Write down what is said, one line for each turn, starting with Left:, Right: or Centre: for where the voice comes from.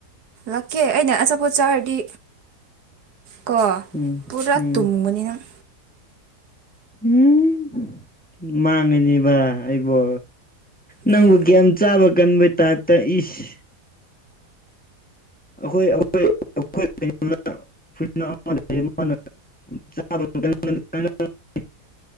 Right: ꯂꯥꯛꯀꯦ ꯑꯩꯅ ꯑꯆꯥꯄꯣꯠ ꯆꯥꯔꯗꯤ ꯀꯣ
Centre: ꯎꯝ
Right: ꯄꯨꯔꯥ
Centre: ꯎꯝ
Right: ꯇꯨꯝꯒꯅꯤꯅꯪ
Centre: ꯎꯝ ꯃꯥꯡꯉꯤꯅꯦꯕ ꯑꯩꯕꯣ ꯅꯪꯕꯨ
Right: ꯎꯝ
Centre: ꯒ꯭ꯌꯥꯟ ꯆꯥꯕ ꯀꯟꯕ ꯇꯥꯏꯞꯇ ꯏꯁ ꯑꯈꯣꯏ ꯑꯈꯣꯏ ꯑꯈꯣꯏ <unintelligible> <unintelligible>